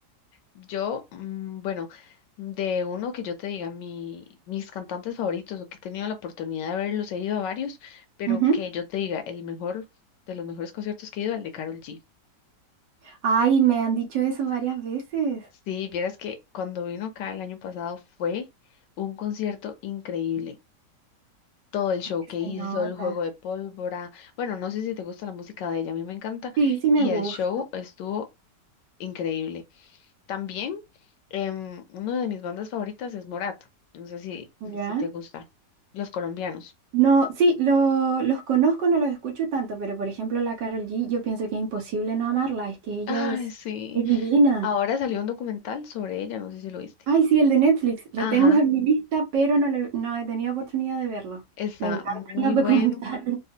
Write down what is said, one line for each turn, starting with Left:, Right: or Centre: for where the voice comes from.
Left: Yo, mm, bueno, de uno que yo te diga, mi, mis cantantes favoritos o que he tenido la oportunidad de verlos, he ido a varios, pero
Right: ujú.
Left: que yo te diga, el mejor de los mejores conciertos que he ido, el de Karol G.
Right: Ay, me han dicho eso varias veces.
Left: Sí, vieras que cuando vino acá el año pasado fue un concierto increíble. Todo el
Right: Es
Left: show
Right: que
Left: que
Right: se
Left: hizo,
Right: nota.
Left: el juego de pólvora. Bueno, no sé si te gusta la música de ella, a mí me encanta.
Right: Sí, sí me
Left: Y
Right: gusta.
Left: el show estuvo increíble. También, em, una de mis bandas favoritas es Morato. No sé si,
Right: ¿Ya?
Left: si te gusta. Los colombianos.
Right: No, sí, lo- los conozco, no los escucho tanto, pero por ejemplo la Carol G, yo pienso que es imposible no amarla, es que ella
Left: Ay,
Right: es,
Left: sí.
Right: es divina.
Left: Ahora salió un documental sobre ella, no sé si lo viste.
Right: Ay, sí, el de Netflix, lo
Left: Ajá,
Right: tengo en mi lista, pero no, lo- no he tenido oportunidad de verlo.
Left: está
Right: Me encantan
Left: muy
Right: los
Left: bueno.
Right: <laughs> documentales.